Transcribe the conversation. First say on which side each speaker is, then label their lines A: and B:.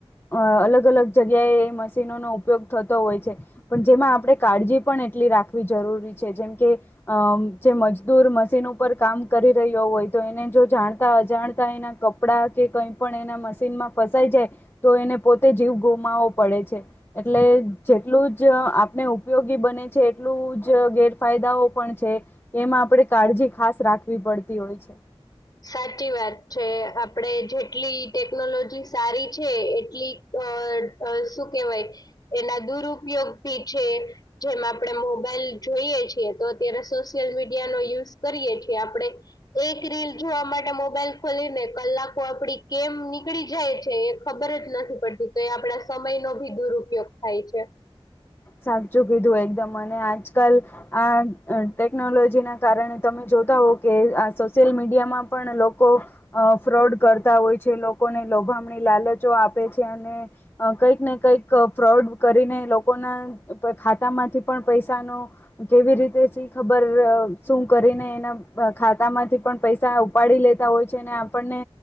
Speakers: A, on the left; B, on the left.
A: અ અલગ અલગ જગ્યાએ એ મશીનોનો ઉપયોગ થતો હોય છે પણ જેમાં આપણે કાળજી પણ એટલી રાખવી જરૂરી છે જેમ કે અ જે મજદૂર મશીન ઉપર કામ કરી રહ્યો હોય તો એને જો જાણતા અજાણતા એના કપડા કે કઈ પણ એના મશીનમાં ફસાઈ જાય તો એને પોતે જીવ ગુમાવો પડે છે એટલે જેટલું જ આપણે ઉપયોગી બને ને જેટલું જ ગેરફાયદાઓ પણ છે એમાં આપણે કાળજી ખાસ રાખવી પડતી હોય છે.
B: સાચી વાત છે આપડે જેટલી ટેકનોલોજી સારી છે એટલી અ શું કેહેવાય એના દુરુપયોગ ભી છે. જેમ આપણે મોબાઈલ જોઈએ છીએ તો અત્યારે સોશિયલ મીડિયા નો યુઝ કરીએ છીએ કે આપણે એક રીલ જોવા માટે મોબાઈલ ખોલીને કલાકો આપડી કેમ નીકળી જાય છે એ ખબર જ નથી પડતી તો એ આપડા સમય ન ભી દુરુપયોગ થાય છે.
A: સાચું કીધું એકદમ અને આજકાલ આ ટેકનોલોજી ના કારણે તમે જો જોતા હો કે સોશિયલ મીડિયામાં પણ લોકો ફ્રોડ કરતા હોય છે લોકોને લોભામણી લાલચો આપે છે અને કંઈક ને કઈક ફ્રોડ કરીનેએ લો લોકો ના ખાતા માંથી પણ પૈસા ન કેવી રીતે સી ખબર શું કરે એને એના ખાતામાંથી પૈસા ઉપાડી લેતા હોય છે આપણને